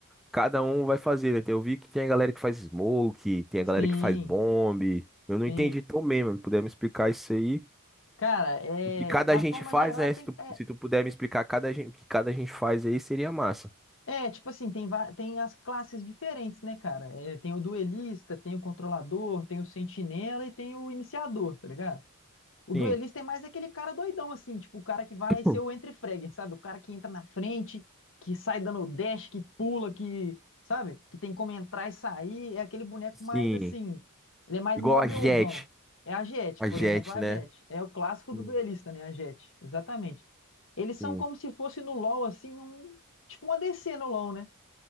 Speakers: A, in the centre; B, on the left (about 60°).
A: cada um vai fazer, né? Tem- Eu vi que tem a galera que faz smoke, tem a galera
B: Sim,
A: que faz bomb. Eu não
B: sim.
A: entendi tão bem, mano. Puder me explicar isso aí?
B: Cara, é,
A: O que cada
B: da
A: gente
B: forma
A: faz
B: geral,
A: né?
B: tem,
A: se tu,
B: é
A: se tu puder me explicar cada gente, o que cada gente faz aí, seria massa.
B: É, tipo assim, tem, va- tem as classes diferentes, né, cara? É, tem o duelista, tem o controlador, tem o sentinela e tem o iniciador, tá ligado? O duelista
A: Sim,
B: é mais aquele cara doidão, assim, tipo, o cara que vai ser
A: Hum.
B: o entre-fragger, sabe? O cara que entra na frente, que sai dando o dash, que pula, que, sabe? Que tem como entrar e sair. É aquele boneco
A: sim.
B: mais, assim, ele é mais
A: Igual
B: movilzão.
A: a Jet.
B: É a Jett,
A: A
B: por
A: Jet,
B: exemplo, a
A: né?
B: Jett. É o clássico do
A: Sim.
B: duelista, né? A Jett, exatamente. Eles são
A: Sim.
B: como se fosse no LoL, assim, um... Tipo um ADC no LoL, né?